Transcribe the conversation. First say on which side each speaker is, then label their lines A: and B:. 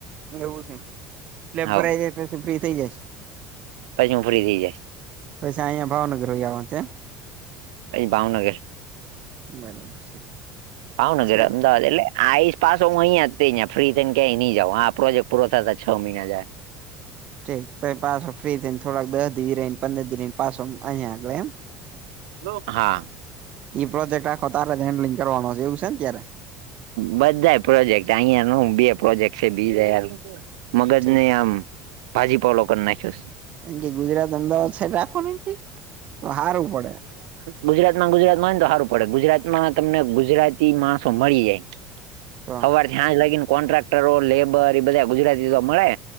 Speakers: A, on the right; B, on the right.
A: એવું છે સ્લેપ
B: હાવ
A: ભરાઈ જાય પછી ફ્રી થઇ જાય
B: પછી હું ફ્રી થઈ જઈશ
A: પછી અહિયાં ભાવનગર આવવાનું છે.
B: કઈ ભાવનગર
A: બરોબર છે
B: ભાવનગર
A: સેટ
B: અમદાવાદ એટલે આઈસ પાછો હું અહીંયા જં ફ્રી થઈ ને કઈ નઈં જાઉ આ પ્રોજેક્ટ પૂરો થતા છ મહિના જાય
A: ઠીક પછી પાછો ફ્રી થઈ ને થોડાક દસ દિવ રહીને પંદર દિવ રહી ને પાછો અહીયા આગળ એમ
B: જાય હા
A: પ્રોજેક્ટ આખો તારે હેન્ડલિંગ કરવાનો છે એવું છે ને ત્યારે
B: બધા પ્રોજેક્ટ અહિયાં ન બે પ્રોજેક્ટ છે બી મગજ
A: ઠીક.
B: ને આમ ભાજીપુલો કર નાખીઓ સ
A: એમ કે ગુજરાત અમદાવાદ છે રાખો ને એમ કે તો હારુ પડે
B: ગુજરાત માં ગુજરાત માં ને તો સારું પડે ગુજરાત માં તમને ગુજરાતી માણસો મળી જાય
A: તો
B: સવારથી સાંજ લાગીને કોન્ટ્રાક્ટરો લેબર એ બધા ગુજરાતી તો મળે